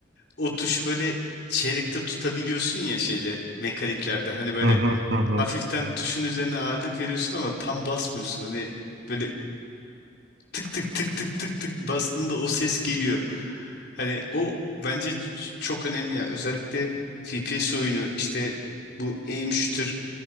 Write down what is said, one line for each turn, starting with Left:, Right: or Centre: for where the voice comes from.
Left: o tuşu böyle çeyrekte tutabiliyorsun ya şeyde mekaniklerde hani böyle
Right: Hı hı hı hı.
Left: hafiften tuşun üzerine ağırlık veriyorsun ama tam basmıyorsun hani böyle tık tık tık tık tık tık bastığında o ses geliyor. Hani o bence ç- çok önemli ya. Özellikle FPS oyunu işte bu aim shooter